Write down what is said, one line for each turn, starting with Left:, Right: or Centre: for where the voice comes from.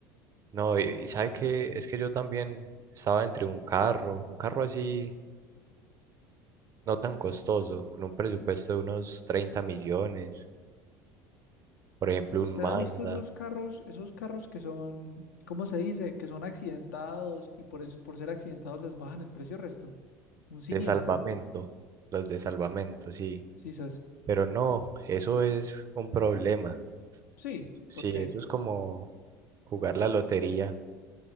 Right: No, y, y sabe que es que yo también estaba entre un carro, un carro así no tan costoso, con un presupuesto de unos 30 millones, por ejemplo,
Left: ¿Usted
Right: un Mazda
Left: ha visto esos carros, esos carros que son, ¿cómo se dice? Que son accidentados y por eso, por ser accidentados les bajan el precio resto. Un siniestro,
Right: de salvamento, los de salvamento, sí.
Left: sí, sas.
Right: Pero no, eso es un problema.
Left: Sí,
Right: Sí,
Left: porque
Right: eso es como jugar la lotería.